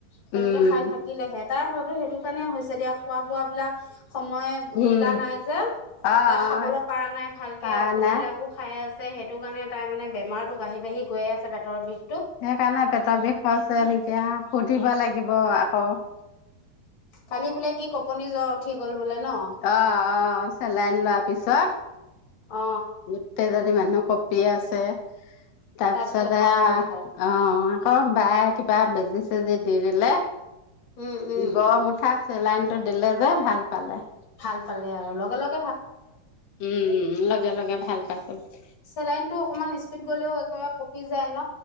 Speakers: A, on the left; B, on the left.
A: তেনেকে
B: উম,
A: খাই থাকিলেহে। তাইৰ হয়তো সেইটো কাৰণে হৈছে দিয়া খোৱা বোৱাবিলাক সময়
B: উম,
A: মিলা নাই যে,
B: অ',
A: তাই খাবলৈ
B: অ',
A: পৰা নাই ভালকে
B: পাৰা
A: ঔষধ
B: নাই।
A: বিলাকো। খাই আছে সেইটো কাৰণে তাইৰ মানে বেমাৰটো বাঢ়ি বাঢ়ি গৈ আছে পেটৰ বিষ
B: সেইকাৰণে পেটৰ বিষ হৈছে নেকি য়া সুধিব লাগিব আকৌ।
A: কালি বোলে কি কঁপনি জ্বৰ উঠি গল বোলে ন?
B: অ অ চেলাইন লোৱাৰ পিছত
A: অ।
B: গোটেইজনী মানুহ কপি আছে তাৰপিছতে
A: তাৰপিছত ভাল
B: আ
A: পালে আৰু
B: অঁ আকৌ বায়ে কিবা বেজি চেজি দি দিলে
A: উম উম
B: গৰম উঠা চেলাইন টো দিলে যে ভাল পালে।
A: ভাল পালে আৰু লগা লগ
B: উম উম লাগে লাগে ভাল পাইছে।
A: চেলাইনটো অকনমান স্পীড গলেও একেবাৰে কঁপি যায় ন।